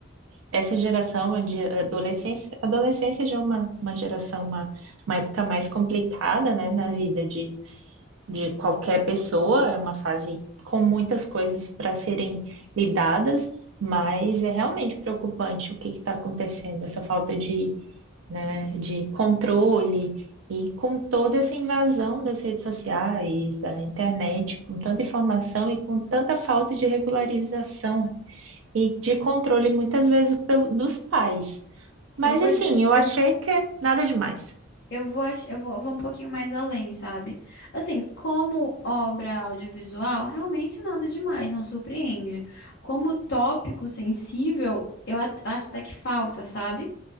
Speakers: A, on the right; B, on the left.
A: essa geração de adolescência, adolescência já é uma, uma geração, uma, uma época mais complicada, né, na vida de, de qualquer pessoa, é uma fase com muitas coisas para serem lidadas, mas é realmente preocupante o que está acontecendo, essa falta de né, de controle e com toda essa invasão das redes sociais, da internet, com tanta informação e com tanta falta de regularização e de controle, muitas vezes pelo- dos pais. Mas
B: Eu vou,
A: assim, eu
B: eu,
A: achei que é nada demais.
B: Eu vou, ach- eu vou, eu vou um pouquinho mais além, sabe? Assim, como obra audiovisual, realmente nada demais, não surpreende. Como tópico sensível, eu at- acho até que falta, sabe?